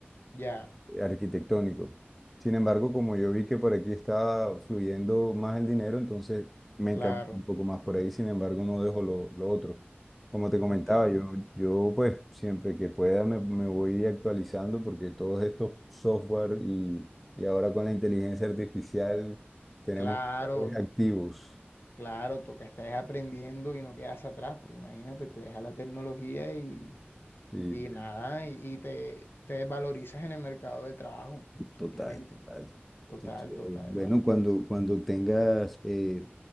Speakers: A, on the left; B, in the centre.
A: ya,
B: arquitectónico. Sin embargo, como yo vi que por aquí estaba fluyendo más el dinero, entonces me
A: claro,
B: encanta un poco más por ahí, sin embargo, no dejo lo, lo otro. Como te comentaba,
A: entiendo.
B: yo, yo pues siempre que pueda me, me voy actualizando porque todos estos software y, y ahora con la inteligencia artificial tenemos
A: Claro,
B: que estar activos.
A: claro, toca estar aprendiendo y no quedas atrás, porque imagínate, te deja la tecnología Y
B: Sí.
A: nada, y, y te, te valorizas en el mercado de trabajo, simplemente.
B: Total, total.
A: Total,
B: Entonces,
A: total,
B: bueno,
A: mano.
B: cuando, cuando tengas eh,